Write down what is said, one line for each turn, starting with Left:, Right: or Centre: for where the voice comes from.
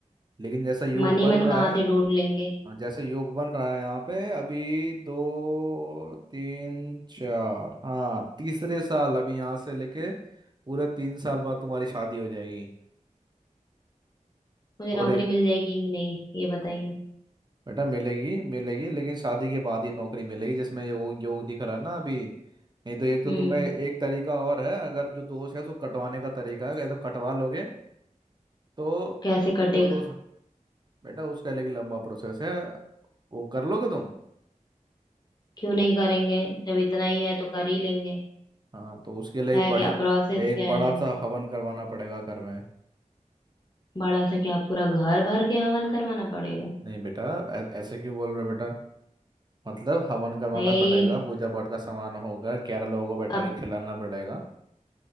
Right: लेकिन जैसा योग
Left: मन ही
Right: बन
Left: मन
Right: रहा
Left: कहाँ
Right: है
Left: से ढूंढ लेंगे
Right: हाँ जैसे योग बन रहा है यहाँ पे अभी दो तीन चार हाँ तीसरे साल अभी यहाँ से लेके पूरे तीन साल बाद तुम्हारी शादी हो जाएगी
Left: मुझे
Right: और
Left: नौकरी मिल जाएगी कि नहीं ये बताइए
Right: बेटा मिलेगी मिलेगी लेकिन शादी के बाद ही नौकरी मिलेगी जिसमें ये वो योग दिख रहा है ना अभी नहीं तो एक तो
Left: हम्म
Right: तुम्हें एक तरीका और है अगर जो दोष है उसको कटवाने का तरीका है अगर कटवा लोगे तो
Left: कैसे कटेगा
Right: वो दोष बेटा उसका लेकिन लंबा प्रोसेस है वो कर लोगे तुम
Left: क्यों नहीं करेंगे जब इतना ही है तो कर ही लेंगे
Right: हाँ तो उसके लिए
Left: है
Right: एक बड़ी
Left: क्या प्रोसेस
Right: एक
Left: क्या
Right: बड़ा
Left: है
Right: सा हवन करवाना पड़ेगा घर में
Left: बड़ा सा क्या पूरा घर भर के हवन करवाना पड़ेगा
Right: नहीं बेटा ऐ- ऐसे क्यों बोल रहे हो बेटा मतलब हवन करवाना
Left: नहीं
Right: पड़ेगा पूजा पाठ का सामान होगा ग्यारह लोगों को बैठा
Left: अब
Right: के खिलाना पड़ेगा